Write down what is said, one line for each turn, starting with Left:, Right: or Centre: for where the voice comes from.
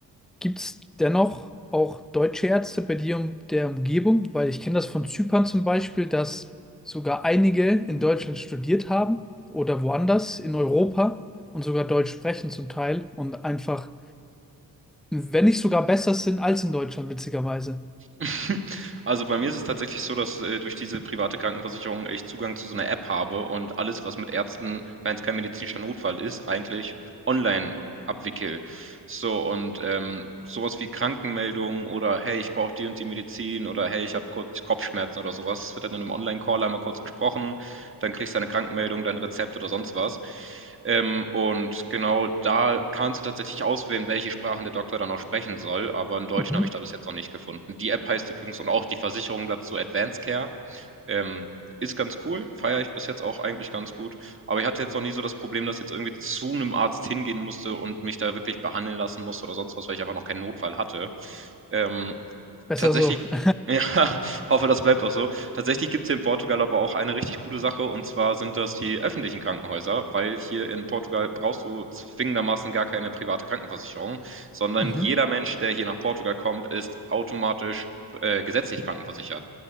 Centre: gibt es dennoch auch deutsche Ärzte bei dir in der Umgebung? Weil ich kenne das von Zypern zum Beispiel, dass sogar einige in Deutschland studiert haben oder woanders in Europa und sogar Deutsch sprechen zum Teil und einfach, wenn nicht sogar besser sind als in Deutschland, witzigerweise.
Right: <laughs> Also bei mir ist es tatsächlich so, dass äh, durch diese private Krankenversicherung ich Zugang zu so einer App habe und alles, was mit Ärzten, wenn es kein medizinischer Notfall ist, eigentlich online abwickel. So und ähm, sowas wie Krankenmeldungen oder hey, ich brauche die und die Medizin oder hey, ich habe kurz Kopfschmerzen oder sowas, das wird dann in einem Online-Call einmal kurz besprochen dann kriegst du eine Krankmeldung, dein Rezept oder sonst was. Ähm, und genau da kannst du tatsächlich auswählen, welche Sprachen der Doktor dann auch sprechen soll, aber einen Deutschen
Centre: Mhm.
Right: habe ich da bis jetzt noch nicht gefunden. Die App heißt übrigens und auch die Versicherung dazu Advanced Care. Ähm, ist ganz cool, feiere ich bis jetzt auch eigentlich ganz gut. Aber ich hatte jetzt noch nie so das Problem, dass ich jetzt irgendwie zu einem Arzt hingehen musste und mich da wirklich behandeln lassen musste oder sonst was, weil ich einfach noch keinen Notfall hatte. Ähm,
Centre: Besser
Right: tatsächlich,
Centre: so. <laughs>
Right: ja, <laughs> hoffe, das bleibt auch so. Tatsächlich gibt es hier in Portugal aber auch eine richtig coole Sache und zwar sind das die öffentlichen Krankenhäuser, weil hier in Portugal brauchst du zwingendermaßen gar keine private Krankenversicherung, sondern
Centre: Mhm.
Right: jeder Mensch, der hier nach Portugal kommt, ist automatisch äh, gesetzlich krankenversichert.